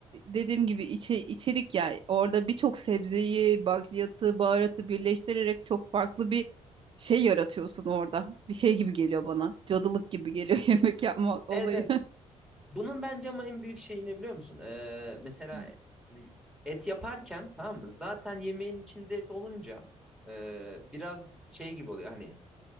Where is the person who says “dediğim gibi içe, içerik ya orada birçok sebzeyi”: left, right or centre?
Right